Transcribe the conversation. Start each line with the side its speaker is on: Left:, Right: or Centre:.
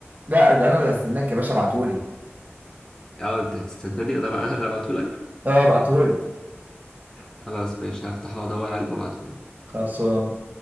Right: لا ده أنا اللي هستناك يا باشا ابعتهولي
Left: اه انت هتستناني انا بقى <laughs> انا ابعتهولك
Right: أه ابعتهولي
Left: خلاص ماشي هفتحه وادور عليه وابعتهولك
Right: خلصان